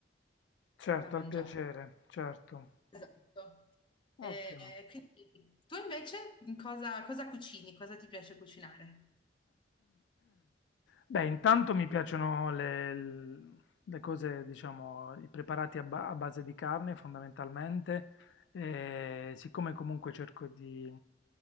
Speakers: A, on the left; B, on the left.
A: Certo,
B: a mangiare.
A: al piacere, certo.
B: Esatto. E
A: Ottimo.
B: quindi tu invece in cosa, cosa cucini? Cosa ti piace cucinare?
A: Beh, intanto mi piacciono le, le cose, diciamo, i preparati a, ba- a base di carne fondamentalmente, e siccome comunque cerco di,